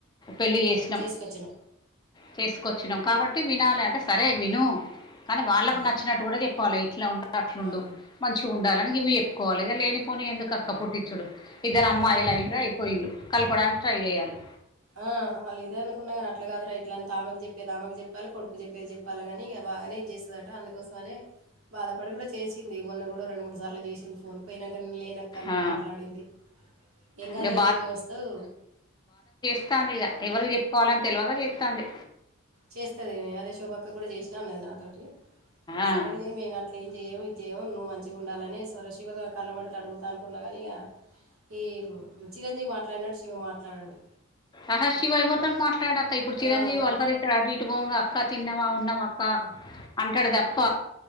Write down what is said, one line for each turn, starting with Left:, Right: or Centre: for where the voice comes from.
Left: పెళ్ళి
Right: ఆ
Left: చేసినాం
Right: చెస్కొచ్చిన
Left: చేసుకొచ్చినాం కాబట్టి వినాలి అంటే సరే విను కానీ వాళ్ళకు
Right: ఆ,
Left: నచ్చినట్టు కూడ చెప్పాలే ఇట్ల ఉండు అట్లా ఉండు
Right: ఆ,
Left: మంచిగ ఉండాలని ఇవి చెప్పుకోవాలే ఇగ లేనిపోని ఎందుకు అక్క పుట్టించుడు ఇద్దరు అమ్మాయి
Right: అదే అదే
Left: లైండ్ర అయిపోయిళలు కల్పడాన్ ట్రై చేయాలే
Right: ఆ వాళ్ళ ఇదే అనుకున్న కాని అట్ల కాదుర ఇట్లా అంత ఆమెకు చెప్పేది ఆమెకు చెప్పాలే కొడుకు చెప్పేది చెప్పాలిగాని ఇగ బాగనే ఇచ్చేస్తదట అందుకోసమనే బాధపడి కూడ చేసింది మొన్న కూడ రెండు మూడు సార్లు చేసింది ఫోన్ పే అక్క నేన్ లేన్ అక్క
Left: ఆ
Right: మాట్లాడింది ఏం కాదులే
Left: ఇక
Right: నువ్వే ఓస్తవ్
Left: ఇస్తంది ఇగ ఎవరికి చెప్పుకోవాలో తేల్వక జెస్తాంది
Right: చేస్తది అదే శోభక్క కూడ చేష్ణా అన్నది నాతోటి
Left: ఆ
Right: సరేలే మేం అట్ల జేయం విజ్యయం నువ్ మంచిగా ఉండాలని స్వరశివగా కళ్ళమడితే అడుగుతా అనుకున్నాగాని ఇగ ఈ చిరంజీవి మాట్లాడినట్ శివ మాట్లాడడు
Left: ఆహ శివ ఎవ్వర్తోన్ మాట్లాడాక్క ఇప్పుడు చిరంజీవి
Right: ఆ! మాట్
Left: వాళ్ళ అటు ఇటు పోంగ అక్క తిన్నావ ఉన్నావ అక్క
Right: ఆ!
Left: అంటడు తప్ప